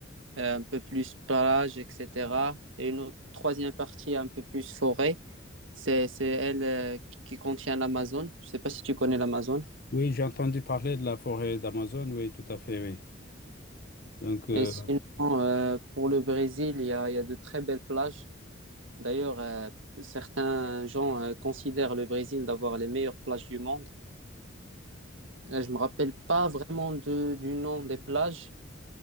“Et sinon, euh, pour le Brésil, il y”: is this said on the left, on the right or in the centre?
Right